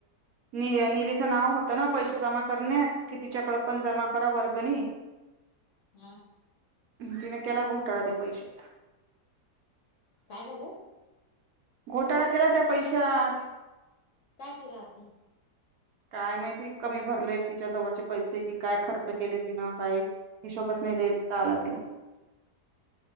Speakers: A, on the right; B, on the left.
A: नि निलीचं नाव होतं ना, पैसे जमा करण्यात कि तिच्याकडं पण जमा करा वर्गणी.
B: हम्म.
A: तिने केला घोटाळा त्या पैशात.
B: काय झालं?
A: घोटाळा केला त्या पैश्यात.
B: काय केलं आरतीने?
A: काय माहिती कमी भरले. तिच्या जवळचे पैसे कि काय खर्च केले तिनं काय हिशोबच नाही देता आला तिला.